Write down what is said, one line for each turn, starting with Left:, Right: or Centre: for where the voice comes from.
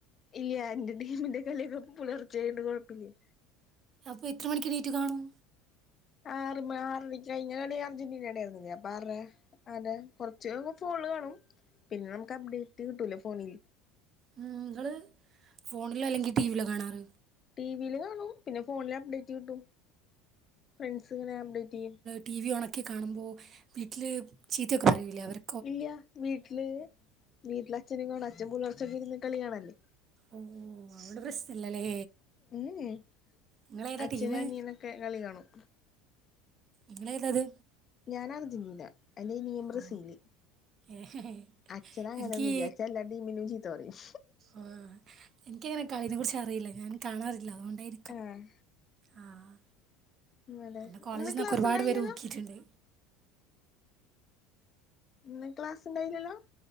Left: ഇല്ല്യ ഇന്റെ ടീമിന്റെ കളിയൊക്കെ പുലർച്ചെ ആയോണ്ട് കൊഴപ്പല്ല്യാ
Right: അപ്പൊ എത്ര മണിക്ക് എണീറ്റ് കാണും?
Left: ആറ്മ ആറണി കഴിഞ്ഞാണ് അർജന്റീനണ്ടായിരുന്നില്ലേ അപ്പ ആറരെ അതെ കുറച്ച്യൊക്കെ ഫോണ്ല് കാണും പിന്നെ ഞമുക്ക് അപ്ഡേറ്റ് കിട്ടൂലേ ഫോണ്ല്
Right: ഉം ഇങ്ങള് ഫോണ്ലോ അല്ലെങ്കി ടീവിലോ കാണാറ്?
Left: ടീവീല് കാണും പിന്നെ ഫോണ്ല് അപ്ഡേറ്റ് കിട്ടും ഫ്രണ്ട്സ്ങ്ങനെ അപ്ഡേറ്റെയ്യും
Right: ടീവി ഒണാക്കി കാണുമ്പോ വീട്ട്ല് ചീത്തയൊക്കെ പറയൂലേ അവര്
Left: ഇല്ല്യ വീട്ട്ല് വീട്ട്ലച്ഛനും കാണും അച്ഛൻ പുലർച്ചൊക്കെ ഇരുന്ന് കളിയാണല്ലേ
Right: ഉം അവ്ടെ പ്രശ്നല്ലല്ലേ
Left: ഉം ഏഹ്
Right: നിങ്ങളേതാ
Left: അച്ഛനും
Right: ടീമ്
Left: അനിയനൊക്കെ കളികാണും
Right: ഇങ്ങളേതാത്?
Left: ഞാന് അർജന്റീന എന്റെ അനിയൻ ബ്രസീല്
Right: ഓ ഏഹ്
Left: അച്ഛനങ്ങനൊന്നുല്ല
Right: എനിക്ക്
Left: അച്ഛൻ എല്ലാ ടീംമിനും ചീത്തപറിയും
Right: ഓഹ് എനിക്കങ്ങനെ കളിനെ കുറിച്ചറിയില്ല ഞാൻ കാണാറില്ല അതുകൊണ്ടായി
Left: ആഹ്
Right: ആഹ്
Left: അതെ
Right: എന്നെ കോളേജ്ന്നൊക്കെ
Left: ഇന്ന് ക്ലാസ്
Right: ഒരുപാട്പ്പേര്
Left: ഉണ്ടായില്ലല്ലോ
Right: ഊക്കിയിട്ട്ണ്ട്
Left: ഇന്ന് ക്ലാസ്സ് ഇണ്ടായ്യില്ലല്ലോ?